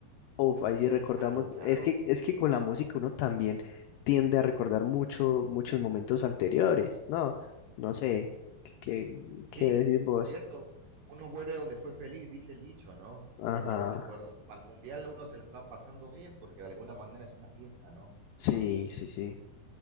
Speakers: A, on the left; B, on the right.
A: Uf, ahí sí recordamos,
B: Claro, claro.
A: es que, es que con la música uno también tiende a recordar mucho, muchos momentos anteriores, ¿no? No sé, ¿qué,
B: Sí,
A: qué decís vos?
B: cierto. Uno vuelve a donde fue feliz, dice el dicho, ¿no?
A: Ajá,
B: Y qué buenos recuerdos. Para el mundial uno se la está pasando bien porque de alguna manera es una fiesta, ¿no?
A: sí, sí, sí,